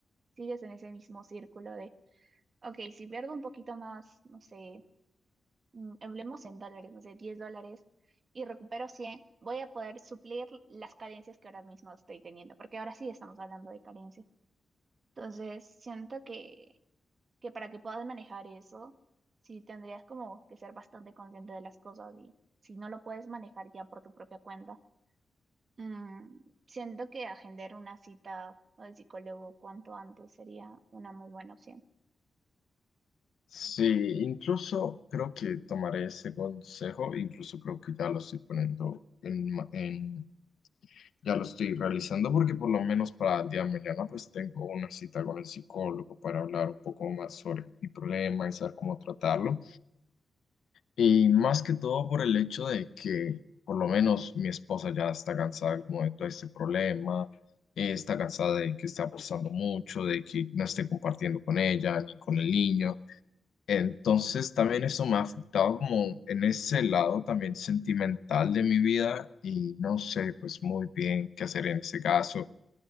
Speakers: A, on the right; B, on the left.
A: sigues en ese mismo círculo de, ok, si pierdo un poquito más, no sé, mm, hablemos en dólares, no sé, 10 dólares y recupero 100, voy a poder suplir las carencias que ahora mismo estoy teniendo, porque ahora sí estamos hablando de carencias. Entonces, siento que, que para que puedas manejar eso, sí tendrías como que ser bastante consciente de las cosas y si no lo puedes manejar ya por tu propia cuenta, mm, siento que agendar una cita al psicólogo cuanto antes sería una muy buena opción.
B: Sí, incluso creo que tomaré ese consejo, incluso creo que ya lo estoy poniendo en, ma- en- ya lo estoy realizando porque por lo menos para el día de mañana pues tengo una cita con el psicólogo para hablar un poco más sobre mi problema y saber cómo tratarlo. Y más que todo por el hecho de que por lo menos mi esposa ya está cansada como de todo este problema, eh, está cansada de que está apostando mucho, de que no esté compartiendo con ella ni con el niño. Entonces también eso me ha afectado como en ese lado también sentimental de mi vida y no sé pues muy bien qué hacer en ese caso.